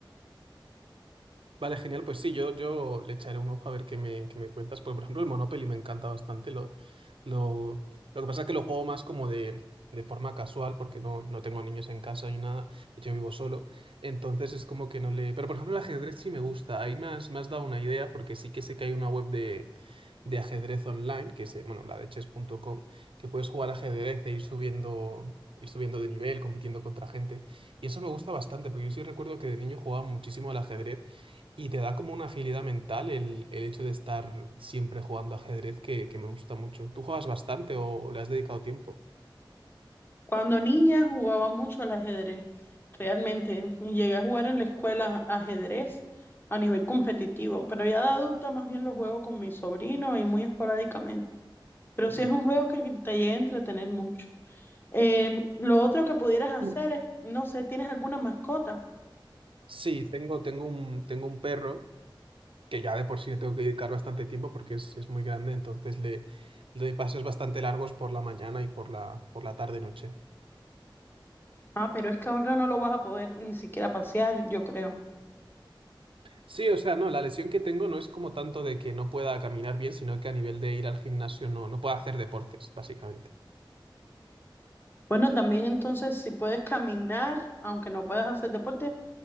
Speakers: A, on the right; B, on the left.
A: Vale, genial. Pues sí, yo, yo le echaré un ojo a ver qué me, qué me cuentas. Porque, por ejemplo, el Monopoly me encanta bastante. Lo, lo, lo que pasa es que lo juego más como de, de forma casual, porque no, no tengo niños en casa ni nada. De hecho, yo vivo solo. Entonces es como que no le. Pero, por ejemplo, el ajedrez sí me gusta. Ahí me has, me has dado una idea, porque sí que sé que hay una web de, de ajedrez online, que es, eh, bueno, la de chess.com, que puedes jugar ajedrez e ir subiendo. ir subiendo de nivel, compitiendo contra gente. Y eso me gusta bastante, porque yo sí recuerdo que de niño jugaba muchísimo al ajedrez y te da como una agilidad mental el, el hecho de estar siempre jugando ajedrez que, que me gusta mucho. ¿Tú juegas bastante o le has dedicado tiempo?
B: Cuando niña jugaba mucho al ajedrez, realmente, y llegué a jugar en la escuela ajedrez a nivel competitivo, pero ya de adulta más bien lo juego con mi sobrino y muy esporádicamente. Pero
A: Mm.
B: sí es un juego que te llega a entretener mucho. Eh, lo otro que pudieras hacer
A: Mm.
B: es, no sé, ¿tienes alguna mascota?
A: Sí, tengo, tengo un, tengo un perro que ya de por sí le tengo que dedicar bastante tiempo porque es, es muy grande, entonces le, le doy paseos bastante largos por la mañana y por la, por la tarde-noche.
B: Ah, pero es que ahora no lo vas a poder ni siquiera pasear, yo creo.
A: Sí, o sea, no, la lesión que tengo no es como tanto de que no pueda caminar bien, sino que a nivel de ir al gimnasio no, no puedo hacer deportes, básicamente.
B: Bueno, también entonces si puedes caminar, aunque no puedas hacer deporte,